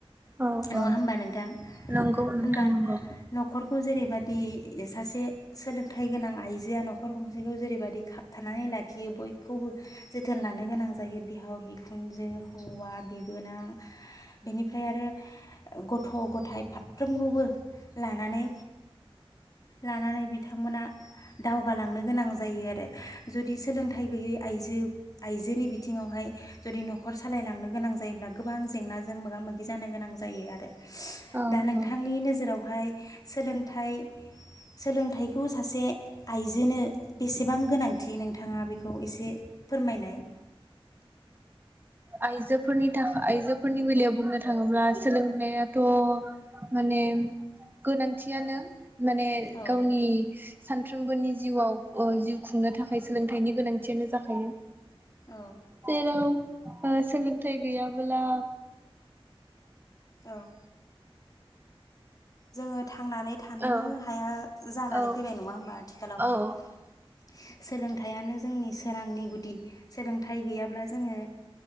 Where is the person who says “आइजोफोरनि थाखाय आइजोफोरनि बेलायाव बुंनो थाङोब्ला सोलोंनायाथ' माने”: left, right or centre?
Right